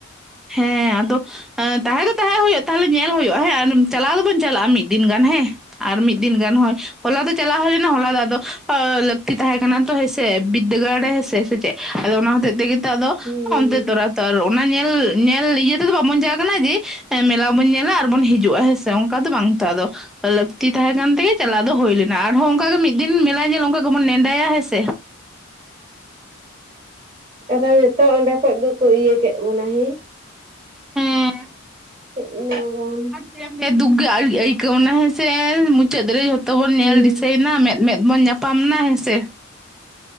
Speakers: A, in the centre; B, on the right.
A: ᱦᱮᱸ ᱟᱫᱚ? ᱛᱟᱦᱮᱸ ᱫᱚ ᱛᱟᱦᱮᱸ ᱦᱩᱭᱩᱜᱼᱟ ᱛᱟᱦᱚᱞᱮ ᱧᱮᱞ ᱦᱩᱭᱩᱜᱼᱟ ᱦᱮᱸ ᱟᱨ ᱪᱟᱞᱟᱣ ᱫᱚᱵᱚᱱ ᱪᱟᱞᱟᱜᱼᱟ ᱢᱤᱫ ᱫᱤᱱ ᱜᱟᱱ ᱦᱮᱸ᱾ ᱟᱨ ᱢᱤᱫ ᱫᱤᱱ ᱜᱟᱱ, ᱦᱳᱭ ᱦᱚᱞᱟ ᱫᱚ ᱪᱟᱞᱟᱣ ᱦᱩᱭ ᱞᱮᱱᱟ, ᱦᱚᱞᱟ ᱫᱚ ᱟᱫᱚ ᱟᱼᱼ ᱞᱟᱹᱠᱛᱤ ᱛᱟᱦᱮᱸ ᱠᱟᱱᱟ ᱛᱚ ᱦᱮᱸ ᱥᱮ ᱵᱤᱫᱫᱟᱹᱜᱟᱲ ᱦᱮᱸ ᱥᱮ ᱥᱮ ᱪᱮᱫ ᱟᱫᱚ ᱚᱱᱟ ᱦᱚᱛᱮᱡ ᱛᱮᱜᱮ ᱛᱚ ᱟᱫᱚ
B: ᱦᱩᱸ
A: ᱚᱱᱛᱮ ᱛᱚᱨᱟ ᱛᱚ ᱟᱨ ᱚᱱᱟ ᱧᱮᱞ ᱧᱮᱞ ᱤᱭᱟᱹ ᱛᱮᱫᱚ ᱵᱟᱵᱚᱱ ᱪᱟᱜ ᱠᱟᱱᱟ ᱡᱮ ᱢᱮᱞᱟ ᱵᱚᱱ ᱧᱮᱞᱟ ᱟᱨᱵᱚᱱ ᱦᱤᱡᱩᱜᱼᱟ ᱦᱮᱸᱥᱮ ᱚᱱᱠᱟ ᱫᱚ ᱵᱟᱝ ᱛᱚ ᱾ ᱟᱫᱚ ᱞᱟᱹᱠᱛᱤ ᱛᱟᱦᱮᱸ ᱠᱟᱱ ᱛᱮᱜᱮ ᱪᱟᱞᱟᱣ ᱫᱚ ᱦᱩᱭ ᱞᱮᱱᱟ ᱟᱨᱦᱚᱸ ᱚᱱᱠᱟᱟᱜ ᱜᱮ ᱢᱤᱫ ᱫᱤᱱ ᱢᱮᱞᱟ ᱧᱮᱞ ᱚᱱᱠᱟ ᱜᱮᱵᱚᱱ ᱱᱮᱰᱟᱭᱟ ᱦᱮᱸᱥᱮ ᱾
B: ᱟᱫᱚ ᱱᱤᱛᱚᱜ ᱚᱸᱰᱮ ᱠᱷᱚᱡ ᱫᱚᱠᱚ ᱤᱭᱟᱹ ᱠᱮᱫ ᱵᱚᱱᱟ ᱦᱮᱸ᱾
A: ᱦᱮᱸ
B: ᱦᱮᱡ ᱮᱱᱟ ᱵᱚᱱ
A: ᱪᱮᱫ ᱞᱟᱭ-ᱟ ᱫᱩᱠ ᱜᱮ ᱟᱹᱰᱤ ᱟᱹᱭᱠᱟᱹᱣ ᱱᱟ ᱦᱮᱸᱥᱮ ᱢᱩᱪᱟᱹᱫ ᱨᱮ ᱡᱷᱚᱛᱚ ᱵᱚᱱ ᱧᱮᱞ
B: ᱦᱩᱸ
A: ᱫᱤᱥᱟᱹᱭᱮᱱᱟ ᱢᱮᱫ ᱢᱮᱫ ᱵᱚᱱ ᱧᱟᱯᱟᱢ ᱱᱟ ᱦᱮᱸ ᱥᱮ᱾